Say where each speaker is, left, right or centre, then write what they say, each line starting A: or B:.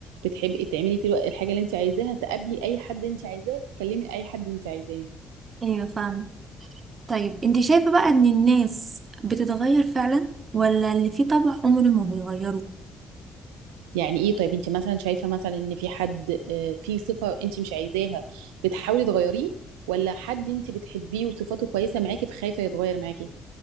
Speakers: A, on the right (about 75°); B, on the right (about 40°).
A: بتحبي تعملي فيه الوقت- الحاجة اللي أنت عايزاها تقابلي أي حد أنت عايزاه تكلمي أي حد أنت عايزاه
B: ايوه فاهمه طيب انت شايفة بقى ان الناس بتتغير فعلا ولا اللي فيه طبع عمره ما بيغيره
A: يعني إيه طيب أنت مثلا شايفة مثلا إن في حد آه، في صفة أنت مش عايزاها بتحاولي تغيريه ولا حد أنت بتحبيه وصفاته كويسة معاكي فخايفة يتغير معاكي